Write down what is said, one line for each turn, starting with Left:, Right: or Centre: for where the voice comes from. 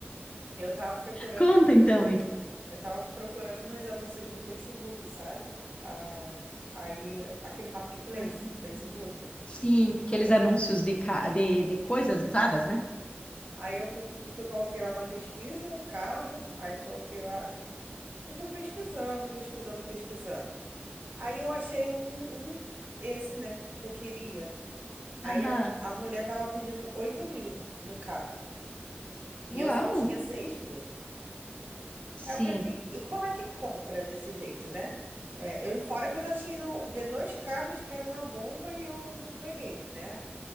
Right: Eu tava procurando,
Left: Conta então, amiga.
Right: eu tava procurando nos anúncios do Facebook, sabe? Ah, aí aquele marketplace
Left: Ah,
Right: do Facebook.
Left: Sim, aqueles anúncios de, ca-
Right: E
Left: de, de coisas usadas, né?
Right: Aí eu fui, fui- coloquei lá na pesquisa, carro, aí coloquei lá e fui pesquisando, pesquisando, pesquisando. Aí eu achei um, um que- esse, né, que eu queria. Aí
Left: Aham.
Right: a, a mulher tava pedindo oito mil no carro e
Left: Uau.
Right: eu só tinha seis mil.
Left: Sim.
Right: Aí eu falei assim, e como é que compra desse jeito, né? É, eu, fora que eu já tinha ido ver dois carros que era uma bomba e eu não peguei, né?